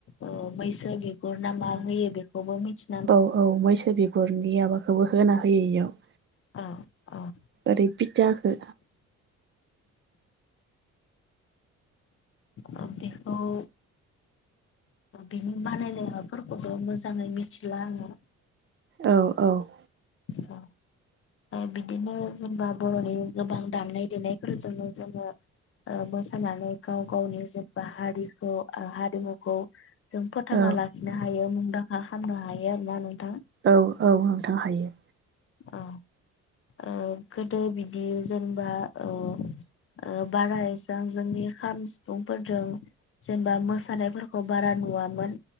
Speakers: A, on the left; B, on the right.
A: ओं मैसो बिगुर ना मा होयो बेखौबो मिथि
B: औ औ मैसो बिगुरनि माबाखौबो होना होयो इयाव।
A: औ। औ
B: ओरै फिथाखो
A: ओ बेखौ बिनि बानायनाय माबाफोरखौथ' मोजाङै मिथिला आङो।
B: औ औ।
A: औ। बिदिनो जेनबा बर'नि गोबां दामनाय देनायफोरजोंनो जोङो ओं मोसानानै गाव गावनि जेनेबा हारिखौ हारिमुखौ जों फोथांना
B: औ
A: लाखिनो हायो मुंदांखा खालामनो हायो आरो ना नोंथां।
B: औ औ नोंथां हायो।
A: औ औ गोदो बिदि जेनेबा ओं ओं बारा एसां जोंनि खाम सिफुंफोरजों जेनबा मोसानायफोरखौ बारा नुवामोन